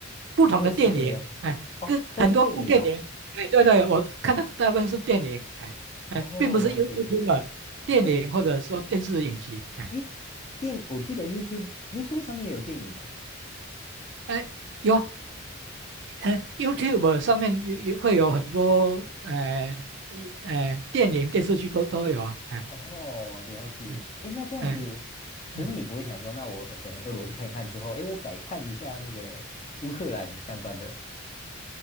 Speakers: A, on the right (about 55°); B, on the left (about 30°).
A: 不同的电影？
B: 各式各样？
A: 哎，
B: 哦，
A: 跟很多部电影，
B: 都是电影哦。
A: 哎，对对，我看到大部分是电影，哎哎，
B: 哦，
A: 并不是
B: 了解。
A: You YouTube 电影或者说电视影集，
B: 哎
A: 哎
B: 哎，电，我记得 YouTube YouTube 上面也有电影哦。
A: 哎有啊，呃，YouTube 上面有有会有很多哎一呃电影电视剧都都有啊，哎
B: 哦，了解。
A: 嗯
B: 诶，那这样子，
A: 哎
B: 可是你不会想说，
A: 嗯。
B: 那我呃可能俄罗斯看一看之后，诶，我改看一下那个乌克兰相关的。